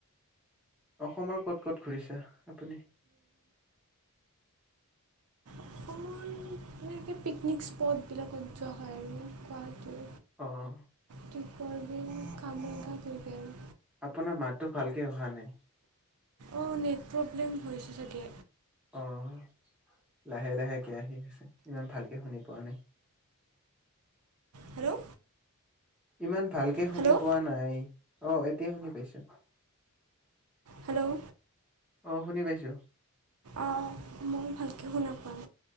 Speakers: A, in the centre; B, on the right.
A: অসমৰ কত ক'ত ঘূৰিছা? আপুনি।
B: অসমাৰ এনেকে পিকনিক স্পটবিলাকত যোৱা হয় আৰু। যোৱাটো
A: আহ'।
B: দিপৰ্বিল, কমাৰ্ঘট লৈকে আৰু।
A: আপোনাৰ মাতটো ভালকে অহা নাই।
B: অ' নেটৱৰ্ক লম হৈ হৈছে চাগে
A: অ', লাহে লাহে একে আহি আছে ইমান ভালকে শুনি পোৱা নাই।
B: হেল্ল'
A: ইমান ভালকৈ শুনি
B: হেল্ল'
A: পোৱা নাই অ' এতিয় শুনি পাইছো
B: হেল্ল'
A: অ' শুনি পাইছো।
B: অঁ মই ভালকৈ শুনাপাওঁ।